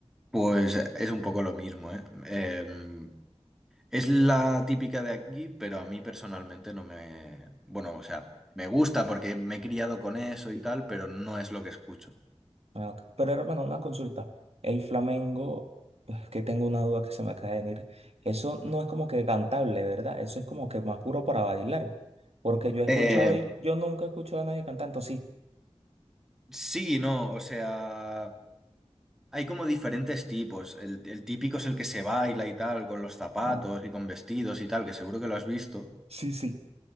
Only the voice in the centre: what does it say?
Pues eh, es un poco lo mismo, ¿eh? Em, es la típica de aquí, pero a mí personalmente no me... Bueno, o sea, me gusta porque me he criado con eso y tal, pero no es lo que escucho.
Eh,
sí, no, o sea... Hay como diferentes tipos. El, el típico es el que se baila y tal, con los zapatos
y con vestidos y tal, que seguro que lo has visto.